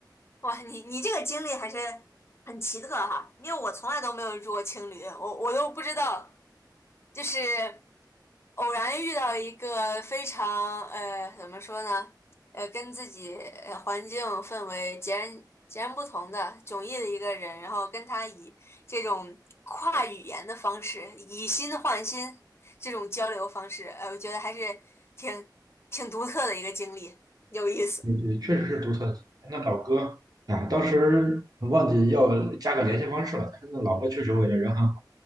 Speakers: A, on the left (about 35°); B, on the right (about 55°).
A: 哇，你你这个经历还是很奇特哈，因为我从来都没有住过青旅，我我都不知道，就是。偶然遇到一个非常呃怎么说呢，呃跟自己呃环境氛围截然截然不同的迥异的一个人，然后跟他以这种跨语言的方式以心换心这种交流方式，呃，我觉得还是挺挺独特的一个经历，有意思。
B: 嗯，对确实是独特的经历那老哥啊，当时忘记要加个联系方式了，但是那老哥确实我觉得人很好